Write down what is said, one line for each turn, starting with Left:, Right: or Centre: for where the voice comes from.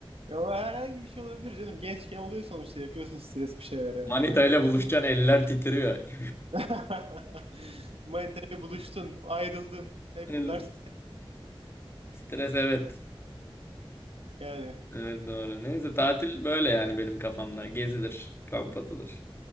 Right: Ya o herhangi bir şey olabilir canım. Gençken oluyor sonuçta. Yapıyorsun stres bir şeylere.
Left: Manita ile buluşacaksın eller titriyor. <laughs>
Right: <laughs> Manitayla buluştun. Ayrıldın. Hep
Left: El-
Right: bunlar stres
Left: Stres evet.
Right: yani.
Left: Evet doğru. Neyse tatil böyle yani benim kafamda. Gezilir, kamp atılır,